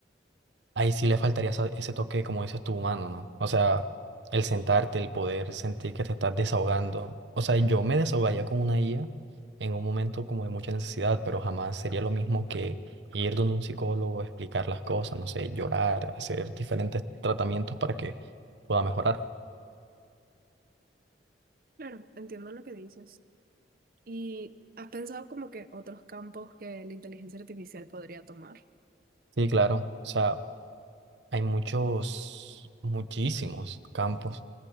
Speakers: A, on the right; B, on the right.
A: ahí sí le faltaría esa- ese toque, como dices tú, humano, ¿no? O sea, el sentarte, el poder sentir que te estás desahogando. O sea, yo me desahogaría con una IA en un momento como de mucha necesidad, pero jamás sería lo mismo que ir donde un psicólogo, explicar las cosas, no sé, llorar, hacer diferentes tratamientos para que pueda mejorar.
B: Claro, entiendo lo que dices. ¿Y has pensado como que otros campos que la inteligencia artificial podría tomar?
A: Sí, claro. O sea, hay muchos, muchísimos campos.